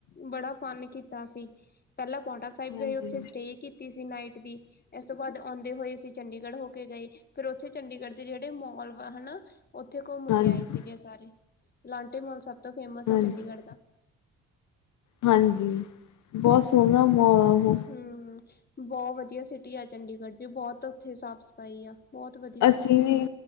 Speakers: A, on the left (about 30°); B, on the left (about 75°).
A: ਬੜਾ ਫਨ ਕੀਤਾ ਅਸੀ ਪਹਿਲਾਂ ਪੌਂਟਾ ਸਾਹਿਬ
B: ਹਾਂਜੀ,
A: ਦੇ ਉੱਥੇ ਸਟੇ ਕੀਤੀ ਸੀ ਨਾਈਟ ਦੀ। ਇਸ ਤੋਂ ਬਾਅਦ ਆਉਂਦੇ ਹੋਏ ਅਸੀਂ ਚੰਡੀਗੜ੍ਹ ਹੋ ਕੇ ਗਏ ਫਿਰ ਉਥੇ ਚੰਡੀਗੜ੍ਹ ਦੇ ਜਿਹੜੇ ਮੋਲ ਵਾ ਹਨਾ। ਉੱਥੇ ਘੁੰਮ
B: ਹਾਂਜੀ,
A: ਕੇ ਆਏ ਸੀਗੇ ਸਾਰੇ ਲਾਂਟੇ ਮੋਲ ਸਭ ਤੋਂ ਫੇਮਸ
B: ਹਾਂਜੀ।
A: ਆ ਚੰਡੀਗੜ੍ਹ ਦਾ।
B: ਹਾਂਜੀ ਬਹੁਤ ਸੋਹਣਾ ਮੋਲ।
A: ਹਮ ਬਹੁਤ ਵਧੀਆ ਸਿਟੀ ਆ ਚੰਡੀਗੜ੍ਹ ਤੇ ਬਹੁਤ ਉੱਥੇ ਸਾਫ਼ ਸਫ਼ਾਈ ਆ। ਬਹੁਤ ਵਧੀਆ
B: ਅਸੀਂ
A: ਏ
B: ਵੀ।